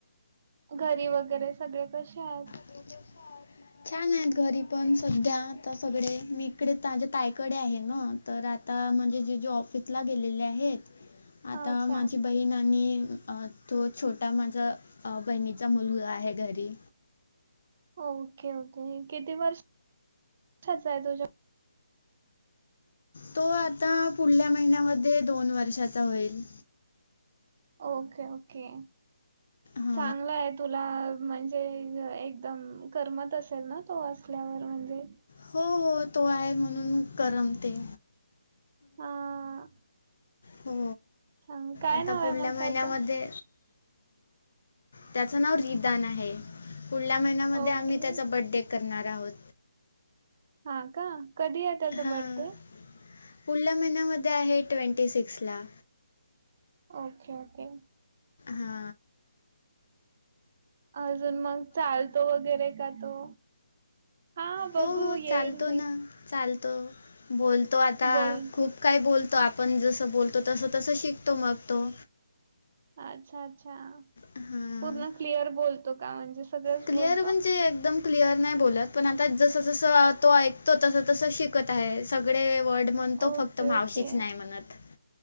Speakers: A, on the right (about 25°); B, on the left (about 50°).
A: घरी वगैरे सगळे कसे आहेत.
B: नज प <unintelligible> छान आहेत घरी पण सध्या आता सगळे मी इकडे तझ्या ताईकडे आहे. हा तर आता जीजू ऑफिसला गेलेले आहेत. आता
A: अच्छा
B: माझी बहीण आणि तो छोटा माझा बहिणीचा मुलग आहे. डॅडी.
A: Okay okay. किती वर्षच आहे तुझ्या?
B: तो आता पुढल्या महिन्यामध्ये दोन वर्षाचा होईल.
A: Okay okay.
B: हा.
A: चांगलं आहे तुला म्हणजे एकदम करमत असेल ना तो असल्यावर म्हणजे
B: हो हो तो आहे म्हणून करमते.
A: हा
B: हो
A: सांग काय
B: आता
A: नाव
B: पुढल्या
A: आहे मग
B: महिन्यामध्ये.
A: त्याचं
B: त्याच नाव रिदान आहे पुढल्या महिन्यामध्ये
A: ओके
B: आम्ही त्याचा बर्डे. करणार आहोत.
A: हा का कधी आहे त्याचा
B: हां
A: बड्डे?
B: पुढल्या महिन्यामध्ये आहे ट्वेंटी सिक्स ला.
A: Okay okay.
B: हा.
A: अजून मग चालतो वगैरे का तो. हा बघू
B: हो हो
A: येईन
B: चालतो
A: मी.
B: ना चालतो बोलतो आता
A: बोल
B: खूप. काय बोलतो आपण जसं तस तसं शिकतो मग तो.
A: अच्छा अच्छा
B: हां
A: पूर्ण क्लिअर बोलतो का म्हणजे सगळंच
B: क्लिअर
A: बोलतो
B: म्हणजे एकदम. क्लिअर नाही बोलत पण आता जस जसं तो ऐकतो तस तसं शिकत आहे सगळे वर्ड. म्हण तो
A: ओके
B: फक्त मावशीच
A: ओके
B: नाही म्हणत.